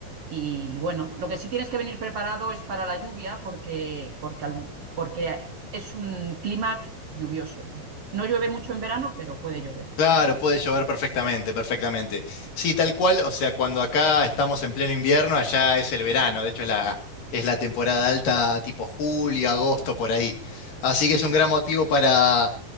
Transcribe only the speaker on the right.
y bueno, lo que sí tienes que venir preparado es para la lluvia porque, porque, porque es un clima lluvioso. No llueve mucho en verano, pero puede llover.